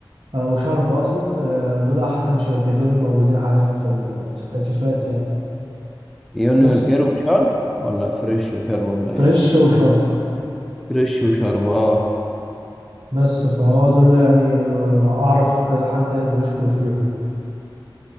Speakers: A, on the right; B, in the centre.
A: آه، وشارب اقصد آه، دول احسن شركتين موجودين حاليا في ال- في التكييفات يعني
B: يونيون
A: بس
B: اير وشارب ولا فريش وشارب ولا ايه
A: فريش وشرم
B: فريش وشارب اه
A: بس فهو دول يعني آه، اعرف كذا حد يعني بيشكر فيهم